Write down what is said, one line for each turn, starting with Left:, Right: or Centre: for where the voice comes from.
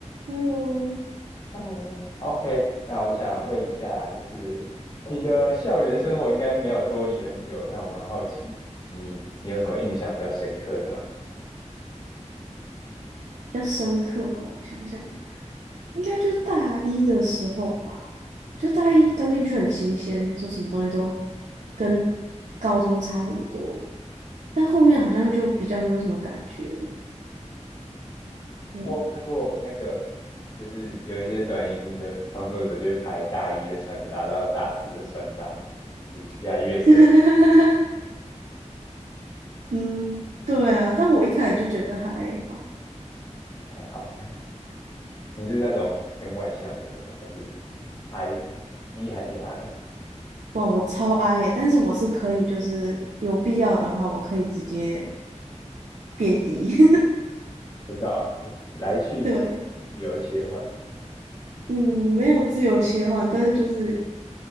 Right: 嗯，
Left: Hello，Hello，OK，那我想问一下，就是你的校园生活应该没有脱离很久，那我蛮好奇，你你有什么印象比较深刻的吗？
Right: 比较深刻哦，我想想，应该就大一的时候吧，就大一刚进去很新鲜，就什么东西都跟高中差很多，但后面好像就比较没有什么感觉了，对，
Left: 我看过那个，就是有一些短影音的创作者就会拍大一的穿搭到大四的穿搭，嗯，越来越水，
Right: <laughs> 嗯，对啊，但我一开始就觉得还好，
Left: 还好。你是那种偏外向的人吗？还是 I 一还是 I？
Right: 哇，我超爱，耶，但是我是可以，就是有必要的话，我可以直接变 E，
Left: 不知道啊，来去自自由切换。
Right: <laughs> 对。嗯，没有自由切换，但是就是